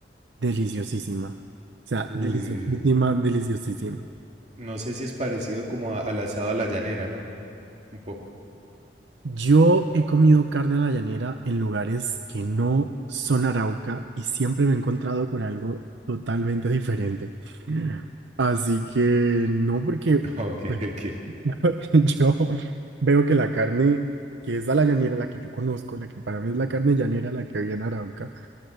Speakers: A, on the right (about 85°); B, on the right (about 40°).
A: deliciosísima. O sea,
B: Uy,
A: deliciosísima,
B: uy, uy.
A: deliciosísima.
B: No sé si es parecido como a- al asado a la llanera, ¿no? Un poco.
A: Yo he comido carne a la llanera en lugares que no son Arauca y siempre me he encontrado con algo totalmente diferente. Así que no porque...
B: <laughs> Ok,
A: bueno,
B: ok.
A: <laughs> Yo veo que la carne que es a la llanera, la que yo conozco, la que para mí es la carne llanera, la que había en Arauca,